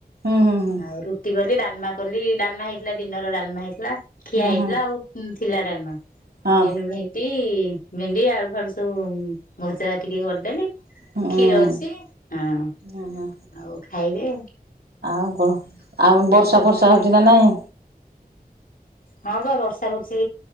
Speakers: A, on the right; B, on the left.
A: ହୁଁ ହୁଁ ହୁଁ
B: ଆଉ ରୁଟି କଲି ଡାଲମା କଲି ଡାଲମା ହେଇଥିଲା ଦିନର ଡାଲମା ହେଇଥିଲା ଖିଆ
A: ହୁଁ
B: ହେଇ
A: ହୁଁ
B: ଥିଲା ଆଉ ଥିଲା ଡାଲମା
A: ହଁ
B: ଫୁଣି ଏଇନୁ ହେ ଟି ଭେଣ୍ଡି ଆଳୁ ଫାଳୁ ସବୁ ଭଜା ଟିକେ କରିଦେଲି।
A: ହୁଁ ହୁଁ।
B: କ୍ଷୀର ଅଛି ହଁ
A: ହୁଁ।
B: ଆଉ ଖାଇବେ।
A: ଆଉ କଣ ଆଉ ବର୍ଷା ଫର୍ଷା ହୋଉଚି ନା ନାଇଁ।
B: ହଁ ପା ବର୍ଷା ବୁର୍ଷି